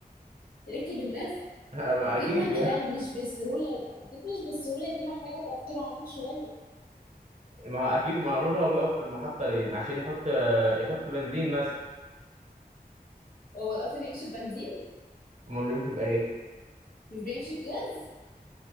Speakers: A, on the left; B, on the right.
A: ركب الناس
B: <laughs> آه، ما
A: اكيد
B: اكيد
A: لا
B: يعني
A: يعني مش بالسهوله دي اكيد مش بالسهوله دي محتاجه تفكير عميق شويه
B: <laughs> ما هو اكيد معلوم هو بيقف في المحطة ليه عشان يحط آه، يحط بنزين مثلا
A: هو القطر بيمشي ببنزين
B: امال بيمشي بايه
A: مش بيمشي بجاز